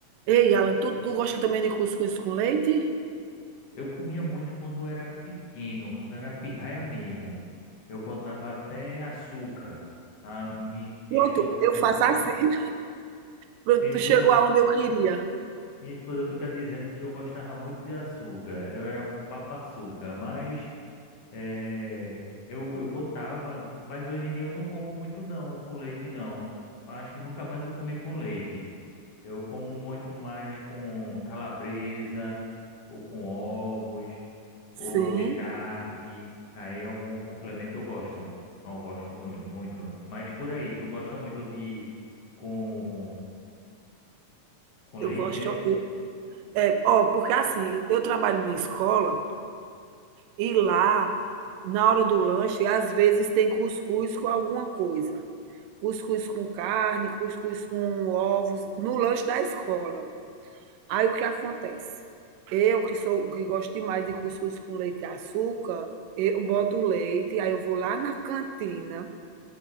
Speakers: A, on the right; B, on the left.
A: Ei, Alan, tu, tu gosta também de cuscuz com leite?
B: Eu comia muito quando era pequeno, quando era pirraia mesmo. Eu botava até açúcar. A minha
A: Pronto,
B: esposa
A: eu faço
B: fica,
A: assim. Pronto,
B: minha
A: tu
B: esposa,
A: chegou aonde eu queria.
B: minha esposa fica dizendo que eu gostava muito de açúcar. Eu era um papa-açúcar, mas eh, eu, eu botava, mas hoje em dia eu não como muito não, com leite não. Acho que nunca mais eu comi com leite. Eu como muito mais com calabresa, ou com ovos,
A: Sim,
B: ou charque. Aí algum complemento eu gosto. Eu gosto mui- muito. Mas por aí, tu gosta muito de com, com leite,
A: eu gosto.
B: é?
A: eu- É, ó, porque assim, eu trabalho numa escola E lá, na hora do lanche, às vezes tem cuscuz com alguma coisa. Cuscuz com carne, cuscuz com ovos, no lanche da escola. Aí o que acontece? Eu, que sou que gosto demais de cuscuz com leite e açúcar, eu boto o leite, aí eu vou lá na cantina,